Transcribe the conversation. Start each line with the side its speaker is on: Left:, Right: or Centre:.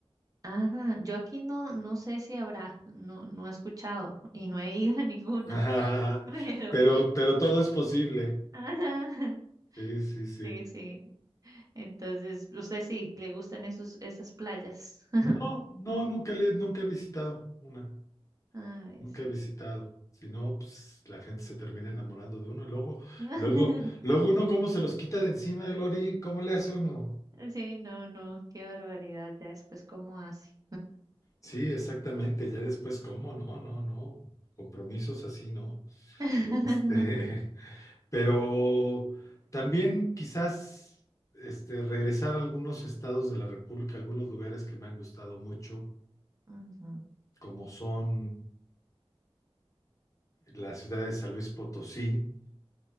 Right: Ajá, yo aquí no, no sé si habrá, no, no he escuchado y no he ido a ninguna,
Left: <laughs>
Right: <laughs> pero,
Left: Pero, pero todo es posible.
Right: ajá,
Left: Sí, sí, sí.
Right: sí, sí. Entonces, usted sí, le gustan esos, esas playas. <laughs>
Left: No, no, nunca le, nunca he visitado una,
Right: A ver,
Left: nunca
Right: sí.
Left: he visitado. Si no, pues la gente se termina enamorando de uno. Luego,
Right: <laughs>
Left: luego, luego uno cómo se los quita de encima, Glory, ¿cómo le hace uno?
Right: Sí, no, no, qué barbaridad, ya después cómo hace.
Left: Sí, exactamente, ya después cómo, no, no, no. Compromisos así, ¿no?
Right: <laughs>
Left: Este, <laughs> pero también quizás este, regresar a algunos estados de la República, algunos lugares que me han gustado mucho,
Right: Ujú,
Left: como son la ciudad de San Luis Potosí